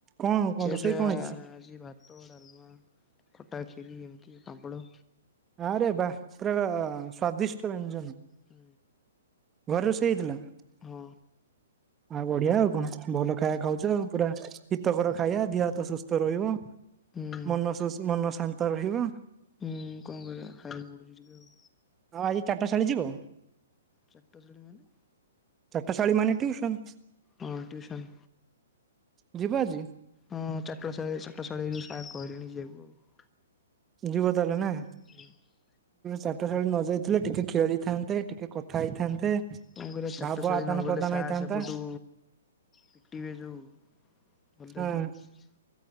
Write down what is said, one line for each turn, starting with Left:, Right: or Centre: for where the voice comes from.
Right: କଣ କଣ
Left: ଖିଆପିଆ
Right: ରୋଷେଇ କଣ ହେଇଛି।
Left: ଆଜି ଭାତ ଡାଲମା ଖଟା ଖିରି ଏମିତି ପାମ୍ପଡ।
Right: ବାଆଁରେ ବା ପୁରା ସ୍ଵାଦିଷ୍ଟ ବ୍ୟଞ୍ଜନ।
Left: ହୁଁ।
Right: ଘରେ ରୋଷେଇ ହୋଇଥିଲା।
Left: ହଁ।
Right: ଆଉ ବଢିଆ ଆଉ କଣ ଭଲ ଖାଇବା ଖାଉଛ ଆଉ ପୁରା ହିତକର ଖାଇବା ଦେହ ହାତ ସୁସ୍ଥ ରହିବ
Left: ହୁଁ
Right: ମନ ମନ ଶାନ୍ତ ରହିବ।
Left: ହୁଁ କଣ କହ ହାଇ ପଢଡୁଛି ଟିକେ ଆଉ।
Right: ଆଉ ଚାରଟାଳୀ ଯିବ।
Left: ଚାଟ ଶାଳୀ ମାନେ।
Right: ଚାଟ ଶାଳୀ ମାନେ ଟ୍ୟୁସନ।
Left: ହଁ ଟିୟୁସନ୍।
Right: ଯିବ ଆଜି
Left: ହଁ ଚାଟଳ ଚାଟଶାଳୀ ରୁ ସାର୍ କହିଲେଣି ଯିବାକୁ ଆଉ।
Right: ଯିବ ତାହାଲେ ନା।
Left: <inaudible>
Right: ଚାଟଶାଳୀ ନ ଯାଇଥିଲେ ଟିକେ ଖେଳିଥାନ୍ତେ ଟିକେ କଥା ହେଇଥାନ୍ତେ।
Left: କଣ କରିବା ଚାଟ
Right: ଭାବ
Left: ଶାଳୀ
Right: ଆଦାନ
Left: ନ ଗଲେ
Right: ପ୍ରଦାନ
Left: ସାରେ
Right: ହେଇଥାନ୍ତା
Left: ସେପଟୁ ପିଟିବେ ଯେଉଁ। ଭଲ ଲାଗିବ।
Right: ହଁ